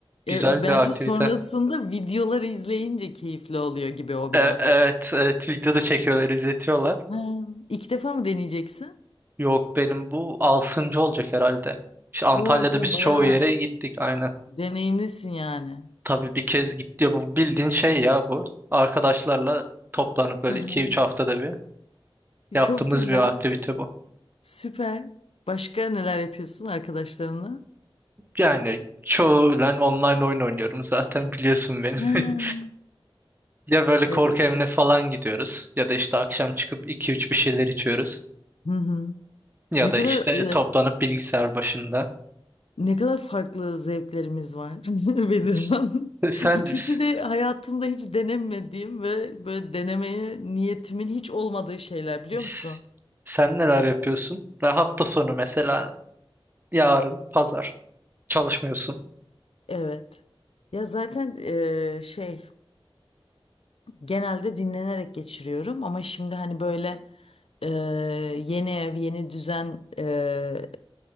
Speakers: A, on the right (about 20°); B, on the left (about 80°).
A: Güzel
B: E, bence
A: bir aktivite.
B: sonrasında videoları izleyince keyifli oluyor gibi o biraz.
A: E- evet, evet video da çekiyorlar, izletiyorlar.
B: Ha, ilk defa mı deneyeceksin?
A: Yok benim bu altıncı olacak herhalde. İşte Antalya'da
B: Oo sen
A: biz
B: bayağı
A: çoğu yere gittik aynen.
B: deneyimlisin yani.
A: Tabii bir kez gitti bu bildiğin şey ya bu. Arkadaşlarla toplanıp böyle
B: Hı hı.
A: 2-3 haftada bir
B: E,
A: yaptığımız
B: Çok güzel.
A: bir aktivite bu.
B: Süper. Başka neler yapıyorsun arkadaşlarınla?
A: Yani çoğulen online oyun oynuyorum zaten biliyorsun beni. <laughs>
B: Ha,
A: Ya böyle
B: evet.
A: korku evine falan gidiyoruz ya da işte akşam çıkıp iki üç bir şeyler içiyoruz
B: Hı hı.
A: ya
B: Ne
A: da
B: kadar
A: işte toplanıp
B: e,
A: bilgisayar başında.
B: Ne kadar farklı zevklerimiz var <laughs> Bedirhan.
A: S- Sen
B: İkisi
A: s-
B: de hayatımda hiç denemediğim ve böyle denemeye niyetimin hiç olmadığı şeyler biliyor
A: s-
B: musun?
A: sen neler yapıyorsun? Ve hafta sonu mesela yarın pazar çalışmıyorsun.
B: Evet. Ya zaten eee, şey genelde dinlenerek geçiriyorum ama şimdi hani böyle eee, yeni ev yeni düzen eee,